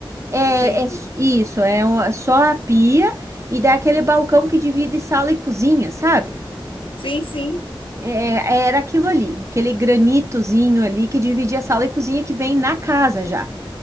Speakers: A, on the right (about 35°); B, on the left (about 80°).
A: É,
B: Entendi.
A: é s- isso, é o- é só a pia e dá aquele balcão que divide sala e cozinha, sabe?
B: Sim, sim.
A: É, é, era aquilo ali, aquele granitozinho ali que dividia sala e cozinha que vem na casa já.